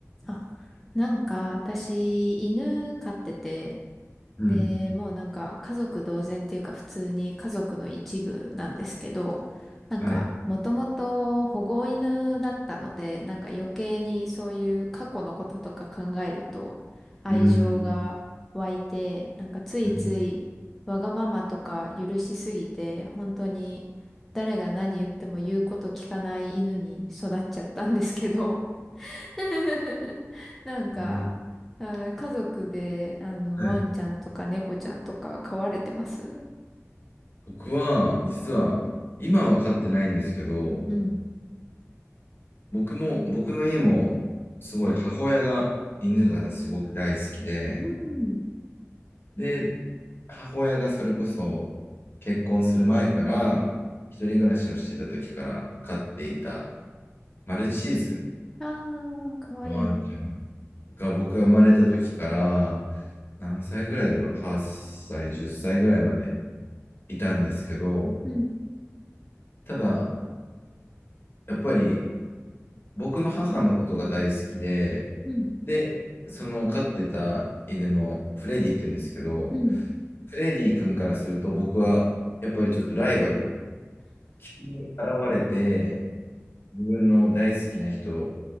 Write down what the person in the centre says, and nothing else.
あ、なんか私、犬飼ってて、
で、もうなんか家族同然っていうか普通に家族の一部なんですけど、なんかもともと保護犬だったので、
なんか余計にそういう過去のこととか考えると愛情が湧いて、
なんかついついわがままとか許しすぎて、
本当に誰が何言っても言うこと聞かない犬に育っちゃったんですけど、<laughs> なんか、
あー、家族で、あの、
ワンちゃんとか猫ちゃんとか飼われてます
うん。
うん。
ああー、かわいい。
うん。
うん。
うん。